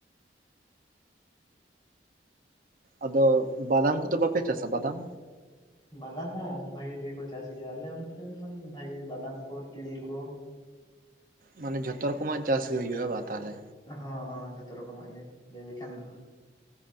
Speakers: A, on the right; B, on the left.
A: ᱟᱫᱚ ᱵᱟᱫᱟᱢ ᱠᱚᱫᱚ ᱵᱟᱯᱮ ᱪᱟᱥᱟ ᱵᱟᱫᱟᱢ
B: ᱵᱟᱫᱟᱢ ᱦᱚᱸ ᱵᱷᱟᱜᱤ ᱜᱮᱠᱚ ᱪᱟᱥ ᱜᱮᱭᱟ ᱟᱞᱮ ᱚᱱᱛᱮ ᱵᱷᱟᱜᱤ ᱵᱟᱫᱟᱢ ᱠᱚ ᱛᱤᱞ ᱠᱚ
A: ᱢᱟᱱᱮ ᱡᱷᱚᱛᱚ ᱨᱚᱠᱚᱢᱟᱜ ᱪᱟᱥ ᱜᱮ ᱦᱳᱭᱳᱼᱟ ᱵᱟ ᱛᱟᱦᱚᱞᱮ
B: ᱦᱚᱸ ᱦᱚᱸ ᱡᱷᱚᱛᱚ ᱨᱚᱠᱚᱢᱟᱜ ᱜᱮ ᱞᱟᱹᱭ ᱞᱮᱠᱷᱟᱱ ᱫᱚ